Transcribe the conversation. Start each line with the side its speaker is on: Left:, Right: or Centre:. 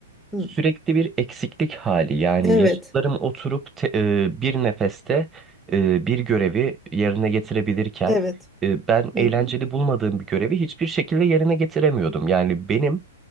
Centre: Hı.
Right: sürekli bir eksiklik hali. Yani
Centre: Evet.
Right: yaşıtlarım oturup te- e, bir nefeste e, bir görevi yerine getirebilirken
Centre: Evet.
Right: e, ben
Centre: Hı
Right: eğlenceli
Centre: hı.
Right: bulmadığım bir görevi hiçbir şekilde yerine getiremiyordum. Yani benim